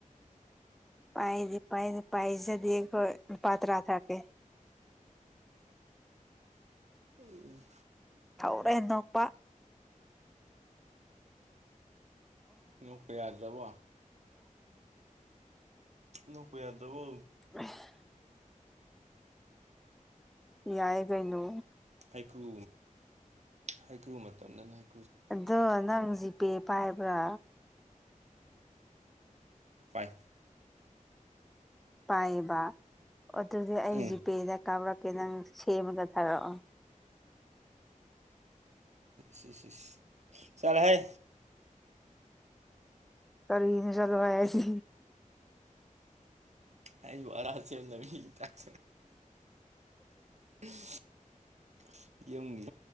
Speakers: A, in the centre; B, on the right (about 55°).
A: ꯄꯥꯏꯗꯤ ꯄꯥꯏꯗꯦ ꯄꯥꯏꯖꯠ ꯗꯦ ꯈꯣꯏ ꯂꯨꯄ ꯇ꯭ꯔꯥ ꯊꯥꯔꯛꯀꯦ
B: ꯎꯝ
A: ꯇꯧꯔꯦ ꯅꯣꯄꯥ
B: ꯅꯣꯛꯄ ꯌꯥꯗꯔꯕꯣ ꯅꯣꯛꯄ ꯌꯥꯗ꯭ꯔꯕꯣ
A: ꯑ <unintelligible> ꯌꯥꯏ ꯀꯩꯅꯣ
B: ꯍꯩꯀ꯭ꯔꯨ ꯍꯩꯀ꯭ꯔꯨ ꯃꯇꯝꯗꯅ ꯍꯩ
A: ꯑꯗꯣ ꯅꯪ ꯖꯤꯄꯦ ꯄꯥꯏꯕ꯭ꯔꯥ
B: ꯄꯥꯏ
A: ꯄꯥꯏꯑꯦꯕ ꯑꯗꯨꯗꯤ ꯑꯩ
B: ꯎꯝ
A: ꯖꯤꯄꯦꯗ ꯀꯥꯞꯔꯛ ꯀꯩ ꯅꯪ ꯁꯦꯝꯃꯒ ꯊꯥꯔꯛꯑꯣ
B: ꯏꯁ ꯏꯁ ꯆꯠꯂꯣꯍꯦ
A: ꯀꯔꯤꯅꯣ ꯆꯠꯂꯣ ꯍꯥꯏꯁꯤ
B: ꯑꯩꯕꯨ ꯑꯔ ꯁꯦꯝꯅꯕ ꯃꯤꯒꯤ ꯇꯥꯏꯞ <inaudible> ꯌꯝꯒꯤ